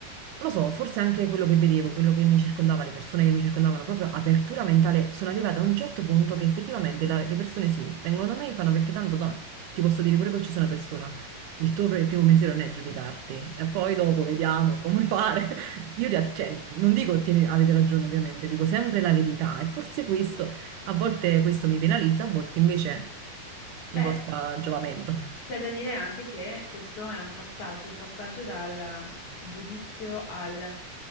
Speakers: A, on the right; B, on the left.
A: non lo so, forse anche quello che vedevo, quello che mi circondava, le persone che mi circondavano, proprio apertura mentale, sono arrivata a un certo punto che effettivamente la- le persone sì, vengono da me e fanno perché tanto da- ti posso dire pure che ci sono una persona. Il tuo pr- primo pensiero non è giudicarti, e poi dopo vediamo come fare. <laughs> Io ri- cioè, non dico tieni- avete ragione, ovviamente, dico sempre la verità. E forse questo, a volte questo mi penalizza, a volte invece mi
B: Beh,
A: porta a giovamento.
B: c'è da dire anche che questo è un passaggio, il passaggio dal giudizio al